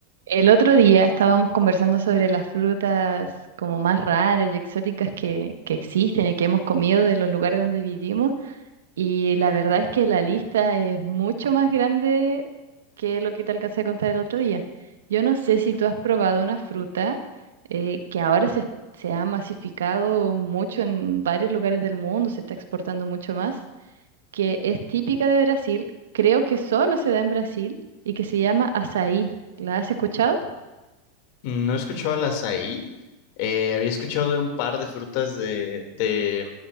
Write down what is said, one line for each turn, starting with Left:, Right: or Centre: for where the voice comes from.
Right: El otro día estábamos conversando sobre las frutas como más raras y exóticas que, que existen y que hemos comido de los lugares donde vivimos y la verdad es que la lista es mucho más grande que lo que te alcancé a contar el otro día. Yo no sé si tú has probado una fruta eh, que ahora se, se ha masificado mucho en varios lugares del mundo, se está exportando mucho más, que es típica de Brasil, creo que solo se da en Brasil y que se llama açaí. ¿La has escuchado?
Left: Mm, No he escuchado al açaí. Eh, había escuchado de un par de frutas de, de,